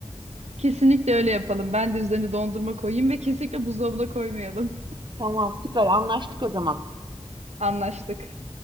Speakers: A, on the right; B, on the right.
A: Kesinlikle öyle yapalım. Ben de üzerine dondurma koyayım ve kesinlikle buzdolabına koymayalım.
B: Tamam, süper anlaştık o zaman.
A: Anlaştık.